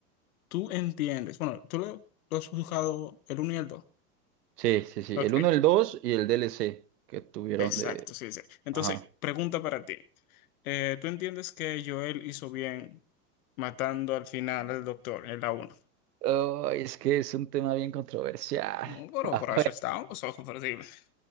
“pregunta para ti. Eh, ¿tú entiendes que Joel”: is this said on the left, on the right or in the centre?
Left